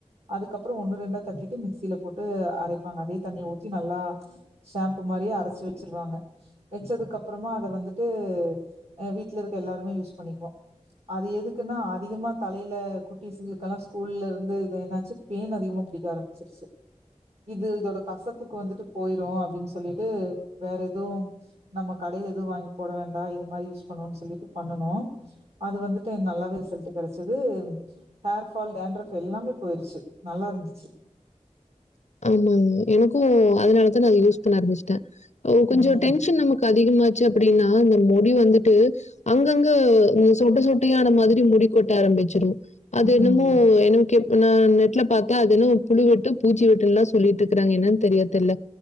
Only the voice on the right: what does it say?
அதுக்கப்றொ ஒண்ணு ரெண்டா தட்டிட்டு மிக்சியில போட்டு அரைப்பாங்க அதே தண்ணிய ஊத்தி நல்லா ஷாம்ப்பு மாரியே அரச்சு வச்சிருவாங்க வெச்சதுக்கப்றமா அத வந்துட்டு அ வீட் வீட்ல இருக்க எல்லாருமே யூஸ் பண்ணிக்வோ அது எதுக்குன்னா அதிகமா தலையில குட்டிஸுக்கெல்லா ஸ்கூல்ல இருந்து இது என்னாச்சு பேன் அதிகமா புடிக்க ஆரம்பிச்சிருச்சு இது இதோட கசப்புக்கு வந்துட்டு போய்ரு அப்டின் சொல்லிட்டு வேற எதுவு நம்ம கடையில எதுவு வாங்கி போட வேண்டா இது மாரி பண்ணனு சொல்லிட்டு பண்ணனோ அது வந்துட்டு நல்லாவே ரிசல்ட்டு கெடச்சுது ஹேர் ஃபால் டேண்ரஃப் எல்லாமே போயிருச்சு நல்லா இருந்துச்சு
ம்
ம்